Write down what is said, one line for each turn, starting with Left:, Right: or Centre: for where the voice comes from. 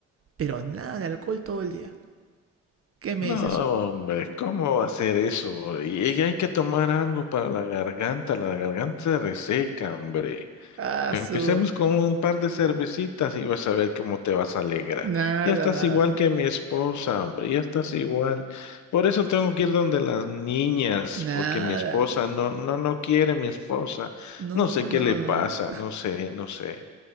Right: pero nada de alcohol todo el día. ¿Qué me
Left: No,
Right: dices, Hugo?
Left: hombre, ¿cómo va a ser eso? Y, y hay que tomar algo para la garganta, la garganta se reseca, hombre.
Right: Ah,
Left: Empecemos
Right: su...
Left: con un par de cervecitas y vas a ver cómo te vas a alegrar.
Right: Nada,
Left: Ya estás
Right: nada.
Left: igual que mi esposa, hombre, ya estás igual. Por eso tengo que ir donde las niñas,
Right: Nada.
Left: porque mi esposa no, no, no quiere mi esposa.
Right: No,
Left: No sé
Right: no,
Left: qué le pasa,
Right: no.
Left: no sé, no sé.